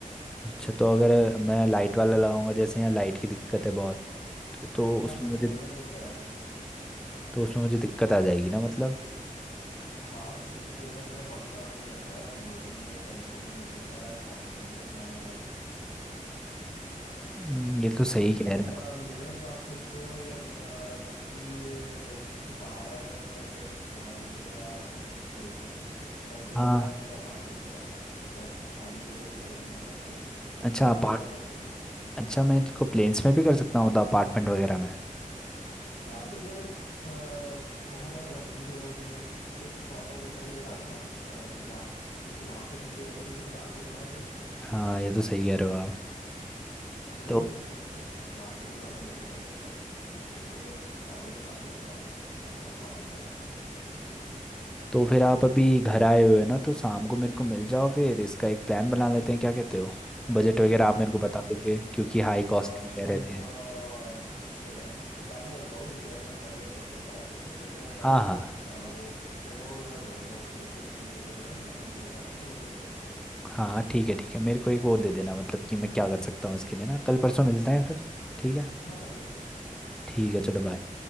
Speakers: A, in the centre; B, on the left.
A: अच्छा तो अगर मैं लाइट वाला लगाऊंगा जैसे यहाँ लाइट की दिक्कत है बहुत तो उसमें
B: हाँ तो सोलर
A: मुझे
B: बेटर है
A: तो उसमें मुझे दिक्कत आ जाएगी ना मतलब
B: हाँ क्योंकि अगर तेरा पंप काम नहीं कर रहा है न्यूट्रिएंट्स अगर टाइम पे नहीं मिल रहे तो यार पौधों को तो नुकसान होगा ही
A: हम्म, ये तो सही
B: लेकिन
A: कह रहे
B: अ,
A: हो
B: मेरे हिसाब से तो यार अ, तू ये लाइक अपने पहाड़ वाले घर में मत कर अ, जो तेरा लाइक दिल्ली
A: हाँ
B: वगैरह पे जो अपार्टमेंट है या खाली जगह जो पड़ी हुई है ना तेरे पास
A: अच्छा
B: वहाँ
A: अपार्ट
B: ट्राई करके देख
A: अच्छा मैं इसको प्लेन्स में भी कर सकता हूँ तो अपार्टमेंट वगैरह में
B: हाँ तुझे लाइक बहुत ज्यादा जमीन की जरूरत नहीं है तू एक प्रॉपर सेटअप भी बना देना अ, जहाँ क्योंकि वहां की मिट्टी वैसे भी किसी काम की तो है नहीं
A: हाँ ये तो सही कह रहे हो आप
B: तो वही
A: तो
B: यूज कर लो वहां के लिए ज्यादा बेटर है मेरे पास क्योंकि दूसरी जगह ऑलरेडी काम चल रहा है तो वहां आप फॉर्मेट करते रहो जिस चल रही है
A: तो फिर आप अभी घर आए हुए हो ना तो शाम को मेरे को मिल जाओ फिर इसका एक प्लान बना लेते हैं क्या कहते हो बजट वगैरह आप मेरे को बता
B: यार
A: दोगे क्योंकि हाई
B: आज
A: कॉस्टिंग कह
B: हम
A: रहे थे
B: थोड़ा मुश्किल है एक काम करता हूँ यार मैं कल या परसों का आता हूँ तब तक मैं एक काम
A: हाँ
B: करता
A: हाँ
B: हूँ अ, वो डेमो वगैरह दे देता हूँ कुछ वीडियोस वगैरह रेफरेंस मिल जाएगा ना, तो मैं भी थोड़ा
A: हाँ ठीक है ठीक है मेरे को एक वो दे देना मतलब कि मैं क्या कर सकता हूँ इसके लिए ना कल परसों मिलते हैं फिर ठीक है
B: हाँ कल मिलते हैं
A: ठीक है चलो बाय